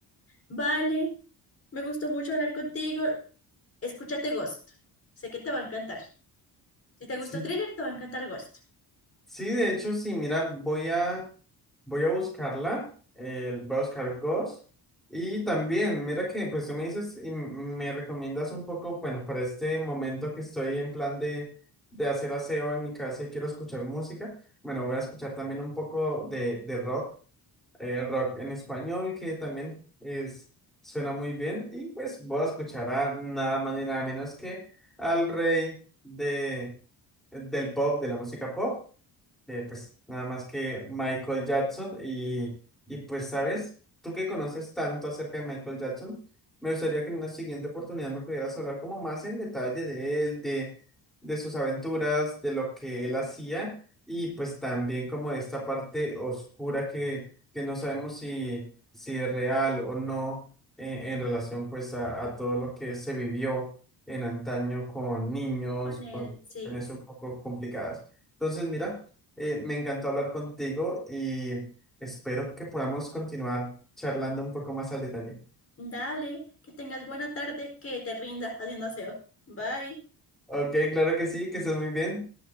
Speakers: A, on the left; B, in the centre.
A: Vale, me gustó mucho hablar contigo. Escúchate Ghost. Sé que te va a encantar. Si te gustó
B: Sí,
A: Thriller, te va a encantar Ghost.
B: Sí, de hecho, sí, mira, voy a, voy a buscarla, eh, voy a buscar Ghost. Y también, mira que pues tú me dices y m- me recomiendas un poco, bueno, para este momento que estoy en plan de, de hacer aseo en mi casa y quiero escuchar música, bueno, voy a escuchar también un poco de, de rock, eh, rock en español, que también es, suena muy bien. Y pues voy a escuchar a nada más ni nada menos que al rey de, del pop, de la música pop eh, pues nada más que Michael Jackson y, y pues sabes, tú que conoces tanto acerca de Michael Jackson, me gustaría que en una siguiente oportunidad me pudieras hablar como más en detalle de él, de, de sus aventuras, de lo que él hacía y pues también como de esta parte oscura que, que no sabemos si, si es real o no en, en relación pues a, a todo lo que se vivió en antaño con niños,
A: Con él,
B: con
A: sí.
B: situaciones un poco complicadas. Entonces, mira. Eh, me encantó hablar contigo y espero que podamos continuar charlando un poco más al detalle.
A: Dale, que tengas buena tarde, que te rinda haciendo aseo. Bye.
B: Ok, claro que sí, que estés muy bien.